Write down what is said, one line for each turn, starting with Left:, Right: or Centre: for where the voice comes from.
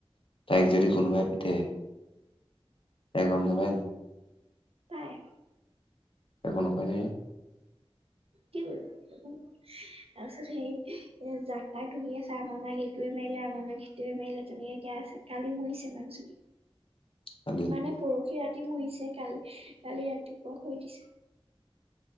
Left: তাইক যদি কোনোবাই পিটে। একো গম নাই ন?
Right: পায়।
Left: একো নকয়নে?
Right: কি কৰিব একো নকয়, তাৰপিছত হেৰি এ জাক-তাক ধৰি আছে, আমাৰ মাক এইটোৱে মাৰিলে, আমাৰ মাক সেইটোৱে মাৰিলে, তেনেকে ক্যা আছে! কালি মৰিছে মাকজনী।
Left: কালি
Right: মানে পৰ পৰসি ৰাতি মৰিছে, <unintelligible> কালি ৰাতিপুৱা খৰি দিছে।